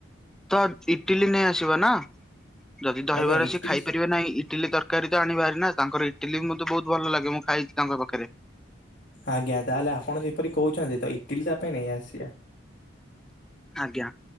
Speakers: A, in the centre; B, on the left.
A: ତ ଇଟିଲି ନେଇ ଆସିବ ନା ଯଦି ଦହିବାର
B: ଆଜ୍ଞା ଇଟିଲି
A: ଆସି ଖାଇପାରିବେ ନାହିଁ ଇଟିଲି ତର କାରୀ ତ ଆଣିବାରି ନା ତାଙ୍କର ଇଟିଲି ବି ମତେ ବହୁତ ଭଲ ଲାଗେ ମୁଁ ଖାଇଛି ତାଙ୍କ ପାଖରେ।
B: ଆଜ୍ଞା ତାହେଲେ ଆପଣ ଯେପରି କହୁଛନ୍ତି ତ ଇଟିଲି ତା ପାଇଁ ନାଇଁ ଆସିବା।
A: ଆଜ୍ଞା